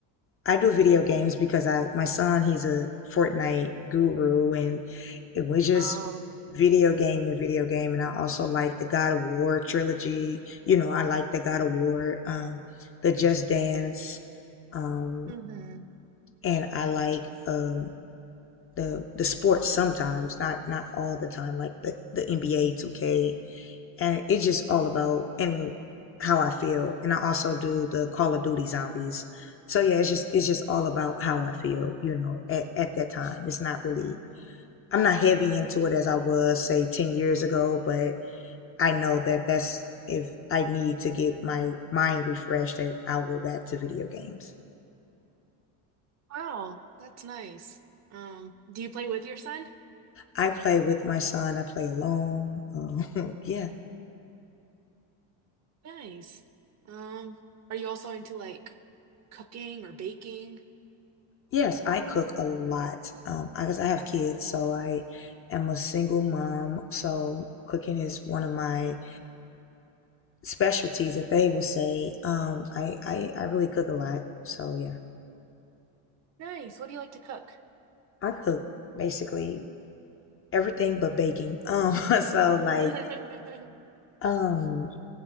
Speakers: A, on the left (about 30°); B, on the right (about 40°).
A: I do video games because I my son he's a Fortnite guru, and it was just
B: Oh,
A: video game and video game. And I also like the God of War trilogy. You know, I like the God of War, um, the Just Dance. Um,
B: mm-hmm.
A: and I like um the the sports sometimes, not not all the time, like the the NBA 2K, and it's just all about and how I feel. And I also do the Call of Duty Zombies. So yeah, it's just it's just all about how I feel, you know, at at that time. It's not really I'm not heavy into it as I was say 10 years ago, but I know that that's if I need to get my mind refreshed that I'll go back to video games.
B: Wow, that's nice. Um, do you play with your son?
A: I play with my son. I play alone. Um, <laughs> yeah.
B: Nice. Um, are you also into like cooking or baking?
A: Yes, I cook a lot. Um, I guess I have kids, so I am a single mom. So cooking is one of my specialties that they would say. Um, I, I, I really cook a lot. So yeah,
B: Nice. What do you like to cook?
A: I cook basically everything but baking. <laughs> Um, so like,
B: <laughs>
A: um,